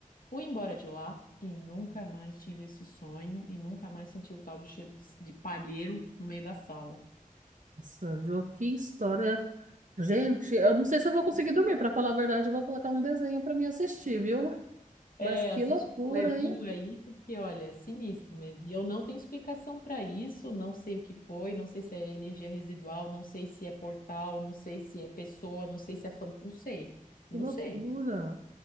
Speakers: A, on the left; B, on the right.
A: Fui embora de lá e nunca mais tive esse sonho e nunca mais senti o tal do cheiro de, de palheiro no meio da sala.
B: Nossa, Jô, que história. Gente, eu não sei se eu vou conseguir dormir, pra falar a verdade, eu vou colocar um desenho pra mim assistir, viu? Mas
A: É,
B: que
A: assiste
B: loucura,
A: um levinho
B: hein?
A: aí, porque olha, é sinistro mesmo. E eu não tenho explicação para isso, não sei o que foi, não sei se é energia residual, não sei se é portal, não sei se é pessoa, não sei se é fan... não sei, não
B: Que loucura.
A: sei.